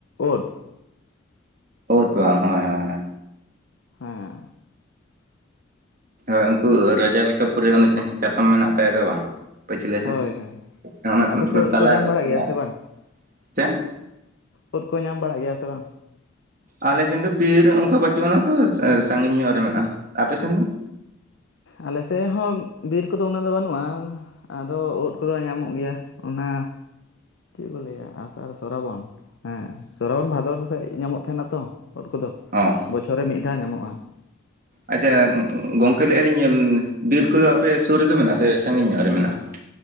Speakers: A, on the left; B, on the right.
A: ᱩᱫ
B: ᱩᱫ ᱫᱚ ᱵᱟᱝ ᱦᱳᱭ ᱦᱳᱭ
A: ᱦᱮᱸ
B: ᱦᱳᱭ ᱩᱱᱠᱩ ᱨᱟᱡᱟ ᱞᱮᱠᱟ ᱯᱮᱨᱟᱹ ᱪᱟᱛᱟᱢ ᱢᱮᱱᱟᱜ ᱛᱟᱭ ᱫᱚ ᱵᱟᱝ ᱯᱟᱹᱪᱦᱞᱟᱸ
A: ᱦᱳᱭ
B: ᱥᱮ
A: ᱦᱳᱭ
B: ᱚᱱᱟ
A: ᱟᱯᱮ ᱥᱮᱫ ᱳᱫ
B: ᱛᱟᱞᱟ
A: ᱠᱚ ᱧᱟᱢ
B: ᱨᱮ
A: ᱵᱟᱲᱟᱜ
B: ᱛᱟᱞᱟ
A: ᱜᱮᱭᱟ ᱥᱮ
B: ᱨᱮ ᱪᱮᱫ
A: ᱩᱫ ᱠᱚ ᱧᱟᱢ ᱵᱟᱲᱟᱜ ᱜᱮᱭᱟ ᱥᱮ ᱵᱟᱝ?
B: ᱟᱞᱮᱥᱮᱱ ᱫᱚ ᱵᱤᱨ ᱚᱱᱠᱟ ᱵᱟᱪᱩᱜ ᱟᱱᱟ ᱛᱚ ᱥᱟᱺᱜᱤᱧ ᱧᱚᱜ ᱨᱮ ᱢᱮᱱᱟᱜᱼᱟ ᱟᱯᱮ ᱥᱮᱱ ᱫᱚ?
A: ᱟᱞᱮ ᱥᱮᱫ ᱦᱚᱸ ᱵᱤᱨ ᱠᱚᱫᱚ ᱩᱱᱟᱹᱜ ᱫᱚ ᱵᱟᱹᱱᱩᱜᱼᱟ᱾ ᱟᱫᱚ ᱩᱫ ᱠᱚᱫᱚ ᱧᱟᱢᱚᱜ ᱜᱮᱭᱟ ᱚᱱᱟ ᱪᱮᱫ ᱠᱚ ᱞᱟᱹᱭᱟ ᱟᱥᱟᱲ ᱥᱚᱨᱟᱵᱚᱱ ᱦᱮᱸ ᱥᱚᱨᱟᱵᱚᱱ ᱵᱷᱟᱫᱚᱨ ᱥᱮᱫ ᱧᱟᱢᱚᱜ ᱛᱟᱦᱮᱱᱟ ᱛᱚ ᱩᱫ ᱠᱚᱫᱚ᱾
B: ᱦᱚᱸ
A: ᱚ ᱨᱮ ᱢᱤᱫ ᱫᱷᱟᱣ ᱧᱟᱢᱚᱜᱼᱟ᱾
B: ᱟᱪᱷᱟ ᱜᱚᱝᱠᱮ ᱞᱟᱹᱭᱮᱜ ᱟᱹᱞᱤᱧ ᱵᱤᱨ ᱠᱚᱫᱚ ᱟᱯᱮ ᱥᱩᱨ ᱨᱮᱜᱮ ᱢᱮᱱᱟᱜᱼᱟ ᱥᱮ ᱥᱟᱺᱜᱤᱧ ᱧᱚᱜ ᱨᱮ ᱢᱮᱱᱟᱜᱼᱟ᱾